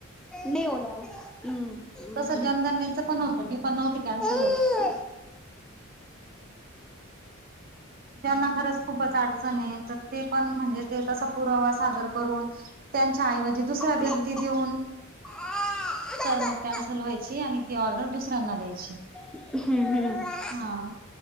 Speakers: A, in the centre; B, on the right.
A: नाही ओला ज हम्म हम्म
B: तसं जनगणनेच पण होतं ती पण नव्हती कॅन्सल
A: हम्म
B: होती त्यांना खरंच खूपच अडचण आहे तर ते पण म्हणजे ते तसा पुरावा सादर करून त्यांच्या ऐवजी दुसऱ्या व्यक्ती
A: हम्म.
B: देऊन
A: हम्म.
B: तर मग कॅन्सल व्हायची आणि ती ऑर्डर दुसऱ्यांना द्यायची
A: हम्म हम्
B: हा